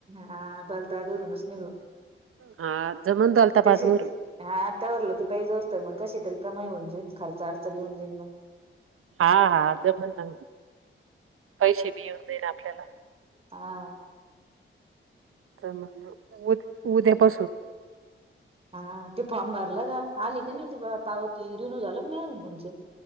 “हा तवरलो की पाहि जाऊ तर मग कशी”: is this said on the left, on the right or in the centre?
Right